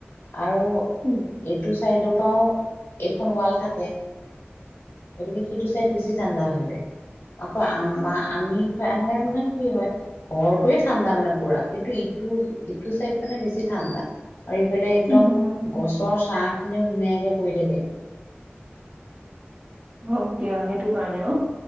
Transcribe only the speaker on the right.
উম
উম,
হক দিয়া, সেইটো কাৰণে অ'।